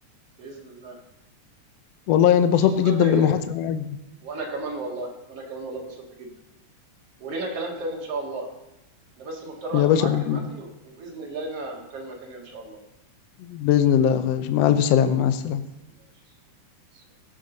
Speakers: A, on the right; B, on the left.
A: باذن الله
B: والله يعني اتبسطت
A: بص يا صديقي
B: جدا بالمحادثه معاك
A: وانا كمان والله وانا كمان والله اتبسطت جدا ولينا كلام تاني ان شاء الله انا بس مضطر
B: يا
A: اقفل
B: باشا
A: معاك
B: باذن
A: دلوقتي
B: الله
A: وباذن الله لنا مكالمه تانيه ان شاء الله
B: بإذن الله يا اخي مع الف سلامه مع السلامه
A: ماشي يا صديقي.